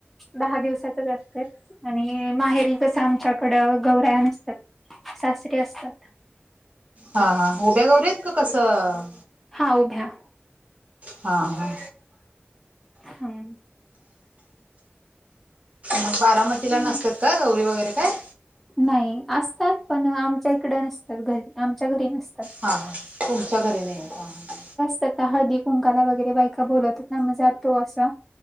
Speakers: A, in the centre; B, on the right.
A: दहा दिवसाातच असत आणि माहेरी कसं आमच्याकडं गौराया नसतात. सासरीे असतात.
B: हा हा उभ्या गौरी आहेत का कसं?
A: हा उभ्या
B: हा हा.
A: हम.
B: मग बारामतीला
A: हम्म.
B: नसतात का गौरी वगैरे काय?
A: नाही असतात पण आमच्या इकडं नसतात घरी आमच्या घरी नसतात.
B: हां हां तुमच्या घरी नाही आहेत हां हां.
A: आता हळदी कुंकाला वगैरे बायका बोलतच ना म जातो असं.